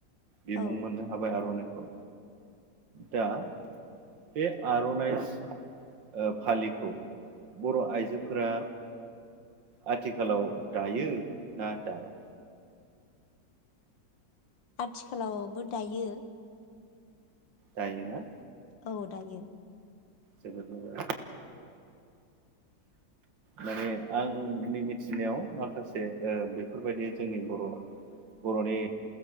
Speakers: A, on the right; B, on the left.
A: बिमुं
B: औ
A: मोननो हाबाय आर'नाइ खौ दा बे आर'नाइ ओ फालिखौ बर' आइजोफोरा आथिखालाव दायो ना दाला?
B: आथिखालावबो दायो।
A: दायो ना?
B: औ दायो।
A: जोबोद मोजां माने आंनि मिथिनायाव माखासे ओ बेफोरबायदि जोंनि बर' बर'नि